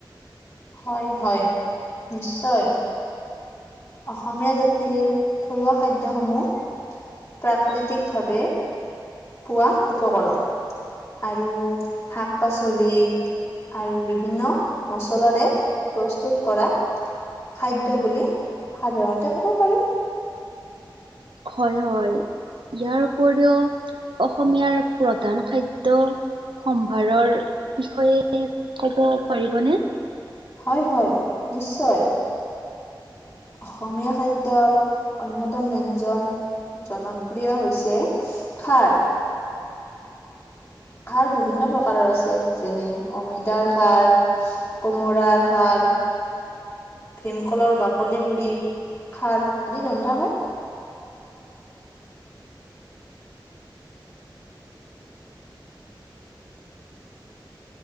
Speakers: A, on the left (about 35°); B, on the right (about 80°).
A: হয় হয় নিশ্চয়। অসমীয়া জাতিৰ থলুৱা খাদ্যসমূহ প্ৰাকৃতিকভাৱে পোৱা উপকৰণ, আৰু শাক- পাচলি আৰু বিভিন্ন মছলাৰে প্ৰস্তুত কৰা খাদ্য বুলি সাধাৰণতে ক'ব পাৰি।
B: হয় হয়। ইয়াৰ উপৰিও অসমীয়াৰ প্ৰধান খাদ্য সম্ভাৰৰ বিষয়ে ক'ব পাৰিবনে?
A: হয়, হয়, নিশ্চয়। অসমীয়া খাদ্যৰ অন্যতম ব্যঞ্জন জনপ্ৰিয় হৈছে খাৰ। খাৰ বিভিন্ন প্ৰকাৰৰ আছে যেনে অমিতাৰ খাৰ কোমোৰাৰ খাৰ। ভীমকলৰ বাকলি পুৰি খাৰ আদি ৰন্ধা হয়।